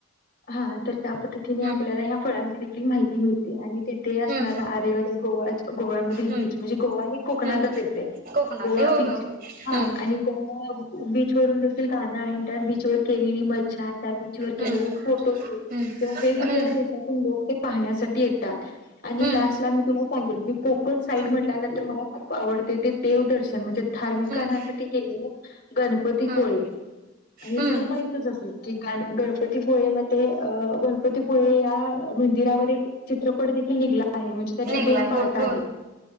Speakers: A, on the left (about 50°); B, on the right (about 50°).
A: हा तर त्या पद्धतीने
B: हम्म
A: आपल्याला ह्या फळांची देखील माहिती मिळते आणि तेिथे असणारा
B: हम्म
A: आरेवाडी गोवा गोव्यामधील
B: हम्म
A: बीच म्हणजे गोवा हे कोकणातच
B: हम्म
A: येते.
B: कोकणात
A: गोवा
B: आहे होय
A: बीच
B: होय होय
A: हा
B: हम्म
A: आणि गोवा बीच वून देखील गाणं त्या बीच व के मज्छा त्या बीच व
B: हम्म
A: केलेले फोटोशूट
B: हम्म
A: किं वेगवेगळ्या
B: हम्म
A: देशातून लोक ते पाहण्यासाठी येतात आणि
B: हम्म
A: लास्ट ला मी तुला सांगेन की कोकण साईड
B: हम्म हम्म
A: म्हणल्यानंतर मला खूप आवडते ते देवदर्शन म्हणजे धार्मिक
B: हम्म
A: कारण्यासाठी गेलेले. गणपती
B: हम्म
A: पोळे आणि
B: हम्म
A: तुला माहितच असेल. कि गण गणपतीपुळे मध्ये अ गणपतीपुळे या म्हण. चित्रपट दे निघला आहे म्हणे त्याचे
B: निघलाय
A: दोन पार्ट
B: होय
A: आहे.
B: होय